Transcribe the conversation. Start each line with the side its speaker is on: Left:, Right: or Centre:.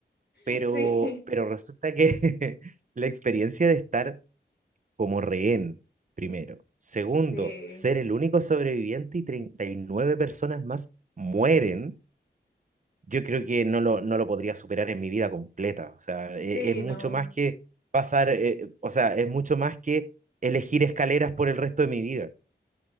Left: <laughs>
Right: pero,
Left: sí,
Right: pero resulta que <laughs> la experiencia de estar como rehén, primero. Segundo,
Left: sí,
Right: ser el único sobreviviente y 39 personas más mueren. Yo creo que no lo, no lo podría superar en mi vida completa. O sea, e-
Left: sí,
Right: es, mucho
Left: no.
Right: más que pasar, eh, o sea, es mucho más que elegir escaleras por el resto de mi vida.